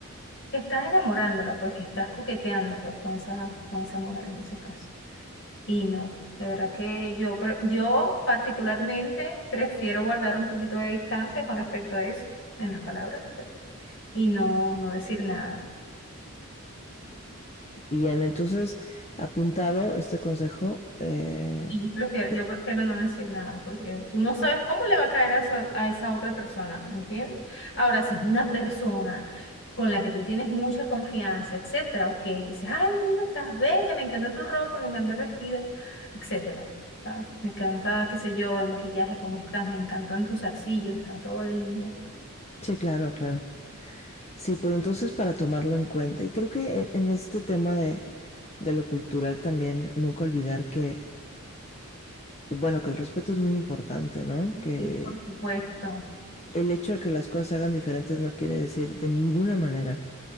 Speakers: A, on the left (about 55°); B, on the left (about 30°).
A: que estás enamorándola, pues que estás coqueteando, pues con esa, con esa mujer en ese caso. Y no, de verdad que yo, pre- yo particularmente prefiero guardar un poquito de distancia con respecto a eso en las palabras pues, y no, no decir nada.
B: Bien, entonces, apuntado este consejo. eh,
A: Y prefiero-
B: de-
A: yo prefiero no decir nada porque tú no sabes cómo le va a caer a esa, a esa otra persona, ¿entiendes? Ahora, si es una persona con la que tú tienes mucha confianza, etcétera, ok, le dices, ay, mira, estás bella, me encanta tu ropa, me encanta el vestido, etcétera, ¿sabes? Me encanta, qué sé yo, el maquillaje, cómo estás, me encantan tus arcillos, está todo lindo.
B: sí, claro, claro. Sí, pues entonces para tomarlo en cuenta. Y creo que en, en este tema de, de lo cultural también, nunca olvidar que, bueno, que el respeto es muy importante, ¿no? Que
A: Y por supuesto.
B: el hecho de que las cosas se hagan diferentes no quiere decir de ninguna manera